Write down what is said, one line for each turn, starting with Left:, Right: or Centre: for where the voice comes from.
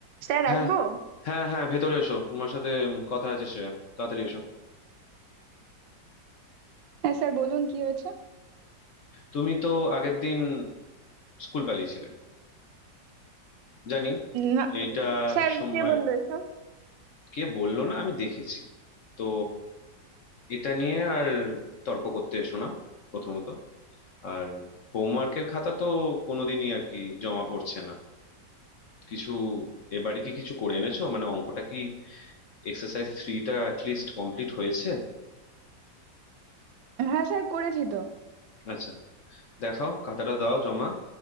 Right: Sir
Left: হ্যাঁ
Right: আসবো
Left: হ্যাঁ হ্যাঁ ভেতরে এসো তোমার সাথে উম, কথা আছে শ্রেয়া তাড়াতাড়ি এসো
Right: হ্যাঁ sir বলুন কি হয়েছে
Left: তুমি তো আগের দিন স্কুল পালিয়েছিলে জানি
Right: না
Left: এইটা
Right: স্যার
Left: সময়
Right: কে বললো এসব
Left: কে বললো না আমি দেখেছি তো এটা নিয়ে আর তর্ক করতে এসো না প্রথমত আর হোমওয়ার্কের খাতা তো কোনোদিনই আর কি জমা পড়ছে না কিছু এবারে কি কিছু করে এনেছো মানে অঙ্কটা কি এক্সারসাইজ থ্রিটা অ্যাটলিস্ট কমপ্লিট হয়েছে
Right: হ্যাঁ স্যার করেছি তো
Left: আচ্ছা দেখাও খাতাটা দাও জমা